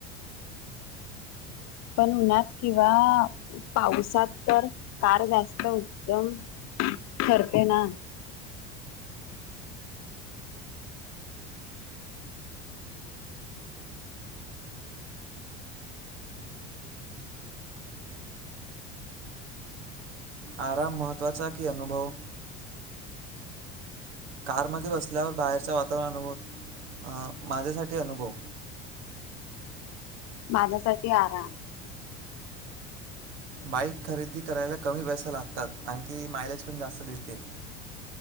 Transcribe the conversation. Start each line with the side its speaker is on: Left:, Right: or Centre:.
Left: पण उन्हात किंवा पावसात तर कार जास्त उत्तम ठरते ना!
Right: आराम महत्त्वाचा की अनुभव कारमध्ये बसल्यावर बाहेरच्या वातावरण अनुभव अ माझ्यासाठी अनुभव
Left: माझ्यासाठी आराम
Right: बाईक खरेदी करायला कमी पैसा लागतात, आणखी मायलेज पण जास्त देते.